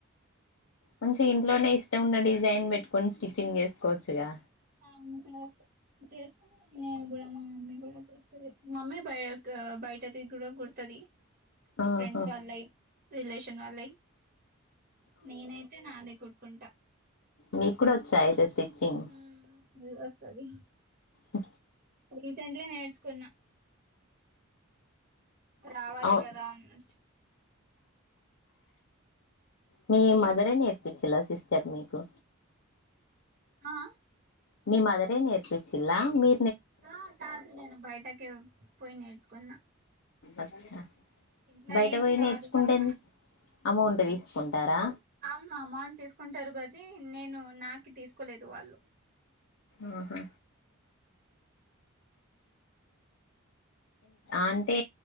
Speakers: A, on the left; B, on the right.
A: మంచిగా ఇంట్లోనే ఇష్టం ఉన్న డిజైన్ పెట్టుకొని స్టిచ్చింగ్ చేసుకోవచ్చుగా
B: అవును టైట్ చేసుకుంటాం నేను కూడా మా మమ్మీ కూడా మమ్మీ బయ క్ బయటది కూడా గుడతది
A: ఆహా
B: ఫ్రెండ్స్ వాళ్ళయి రిలేషన్ వాళ్ళయి నేనైతే నాది అయితే కుట్ కుంట
A: నిక్ కుడా ఒచ్చా అయితే స్టిచింగ్
B: మ్మ్ వస్తది
A: ఆ
B: రీసెంట్లీ నేర్చుకున్నా రావాలి
A: అవు
B: కదా అన్నచ్చు
A: మీ మదరే నేర్పిచ్చుల్లా సిస్టర్ మీకు
B: ఆ
A: మీ మదరే నేర్పిచ్చుల్లా మీ
B: ఆ కాదు నేను బయటకే పోయి నేడ్చుకున్న
A: అచ్చా
B: ఇంట్లో
A: బయట
B: ఏం
A: పోయి
B: కాదు
A: నేర్చుకుంటే
B: కదా
A: అమౌంట్ తీసుకుంటారా
B: అవును అమౌంట్ తీసుకుంటారు కాబట్టి నేను నాకు తీసుకోలేదు వాళ్ళు
A: ఆహా అంటే